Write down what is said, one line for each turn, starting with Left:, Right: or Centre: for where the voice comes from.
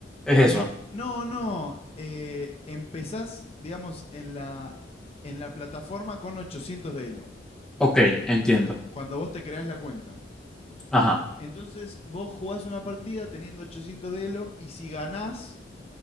Centre: es eso.
Left: Eh, no, no. eh, empezás, digamos, en la, en la plataforma con 800 de Elo,
Centre: Ok, entiendo.
Left: cuando vos te creás la cuenta.
Centre: Ajá,
Left: Entonces, vos jugás una partida teniendo 800 de Elo y si ganás,